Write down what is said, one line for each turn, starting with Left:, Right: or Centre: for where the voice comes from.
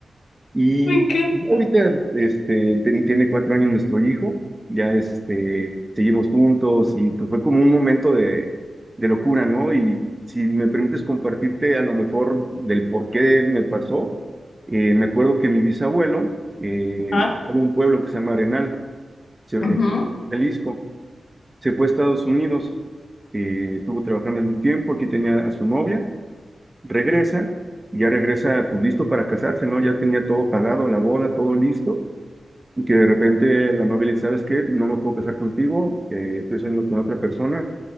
Right: Y
Left: Me encanta.
Right: ya ahorita, este, ten- tiene cuatro años nuestro hijo, ya este, seguimos juntos y pues fue como un momento de, de locura, ¿no? Y si me permites compartirte a lo mejor del por qué me pasó, eh, me acuerdo que mi bisabuelo eh,
Left: Ah,
Right: era de un pueblo que se llama Arenal, se-
Left: ujú.
Right: eh, Jalisco. Se fue a Estados Unidos, eh, estuvo trabajando en un tiempo, aquí tenía a su novia, regresa, ya regresa pues listo para casarse, ¿no? Ya tenía todo pagado, la boda, todo listo, y que de repente la novia le dice, ¿sabes qué? No me puedo casar contigo, eh, estoy saliendo con otra persona,